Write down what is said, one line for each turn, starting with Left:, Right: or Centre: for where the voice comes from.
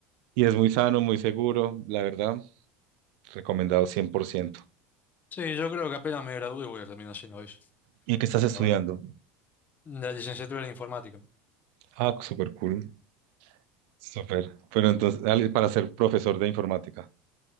Right: Y es muy sano, muy seguro, la verdad, recomendado 100%.
Left: Sí, yo creo que apenas me gradué voy a terminar haciendo eso,
Right: ¿Y qué estás estudiando?
Left: la verdad. La licenciatura en informática.
Right: Ah, súper cool. Súper. Pero entonces, al- para ser profesor de informática.